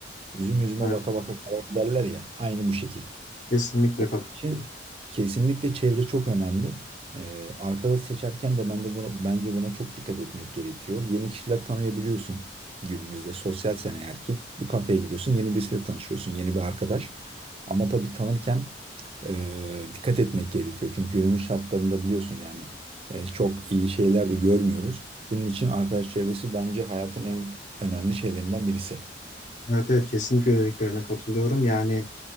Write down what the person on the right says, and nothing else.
Üzüm yüzüme
baka baka karar derler ya. Aynı bu şekil.
Onun
için kesinlikle çevre çok önemli. Ee, arkadaş seçerken de ben de buna, bence buna çok dikkat etmek gerekiyor. Yeni kişiler tanıyabiliyorsun günümüzde. Sosyalsen eğer ki bir kafeye gidiyorsun, yeni birisiyle tanışıyorsun, yeni bir arkadaş. Ama tabii tanırken e, dikkat etmek gerekiyor. Çünkü günümüz şartlarında biliyorsun yani e, çok iyi şeyler de görmüyoruz. Bunun için arkadaş çevresi bence hayatın en önemli şeylerinden birisi.